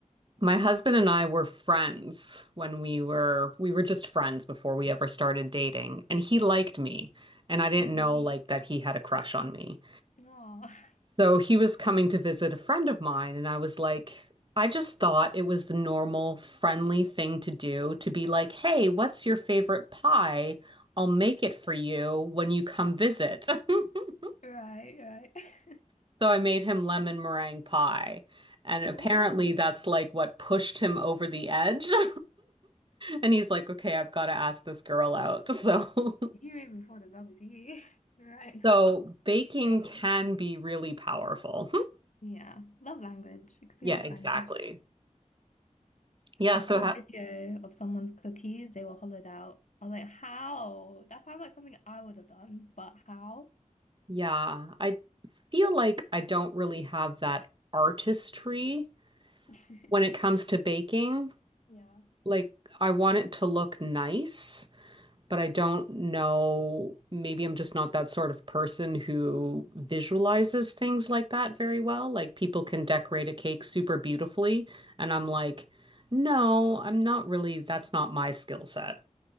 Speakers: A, on the right; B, on the left.
A: my husband and I were friends when we were we were just friends before we ever started dating, and he liked me, and I didn't
B: hmm
A: know like that he had a crush on me.
B: Oh,
A: So he was coming to visit a friend of mine, and I was like, I just thought it was the normal, friendly thing to do to be like, "Hey, what's your favorite pie? I'll make it for you when you come visit." <laughs>
B: <laughs> right, right. <laughs>
A: So I made him lemon meringue pie. And apparently
B: Ooh,
A: that's like what pushed him over the edge. <laughs> And he's like, okay, I've got to ask this girl out. So,
B: you made me fall in love with you <laughs> right
A: <laughs>
B: now.
A: so baking
B: Gosh.
A: can be really powerful. <laughs>
B: Yeah, love language. It could be
A: Yeah,
B: a love
A: exactly.
B: language.
A: Yeah.
B: I
A: So,
B: saw
A: ha
B: a video of someone's cookies. They were hollowed out. I was like, how? That sounds like something I would have done, but how?
A: yeah, I feel like I don't really have that artistry
B: <laughs>
A: when it comes to baking.
B: Yeah,
A: Like, I want it to look nice. but I don't know. Maybe I'm just not that sort of person who visualizes things like that very well. Like people can decorate a cake super beautifully, and I'm like, no, I'm not really, that's not my skill set.